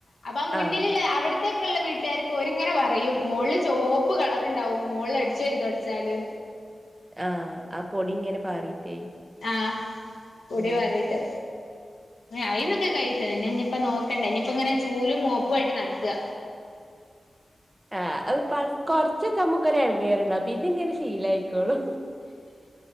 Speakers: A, on the left; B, on the right.
A: അപ്പൊ മുന്നിലുള്ള
B: ആ
A: അവർ ഒറ്റക്കുള്ള വീട്ടാർക്ക് ഒരു ഇങ്ങനെ പറയും മോൾള് ചോപ്പ് കളർണ്ടാവും മോൾള് അടിച്ചാരി തൊടച്ചാല്
B: ആഹ് ആ പൊടിങ്ങനെ പാറീട്ടേ
A: ആഹ് പൊടി
B: ഉം
A: പാറീട്ട് അയിന്നൊക്കെ കഴിച്ചു ഇനിന്നിപ്പ നോക്കണ്ട ഇനിയിപ്പ ഇങ്ങനെ ചൂലും മോപ്പും ആയിട്ട് നടക്ക
B: ആഹ് അയ് ഫസ് കൊറച്ചൊക്കെ നമുക്കൊര് എണങ്ങേറൊണ്ടാവും പിന്നെ ഇങ്ങനെ ശീലായ്ക്കോളു